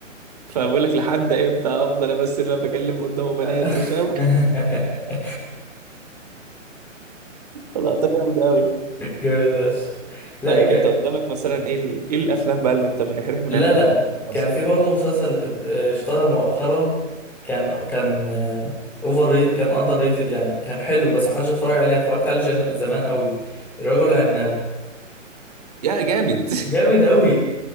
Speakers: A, on the right; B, in the centre.
A: فبقول لك لحد امتى افضل امثل ان انا بكلم قدامه بنات
B: آه.
A: ومش عارف
B: <laughs>
A: إيه؟ <laughs> لقطة جامدة قوي
B: جامد فشخ لا
A: طيب
B: ك...
A: انت قدامك مثلا ايه ال... ايه الافلام بقى اللي انت من ناحيتك
B: لا
A: من أيام
B: لا
A: 2005
B: كان في برضه مسلسل آه، اشتهر مؤخرا كان كان اوفر ري... كان اندر ريتد يعني كان حلو بس محدش اتفرج عليه أنا اتفرجت عليه جم... زمان قوي الرجل العناب
A: يا جامد
B: جامد قوي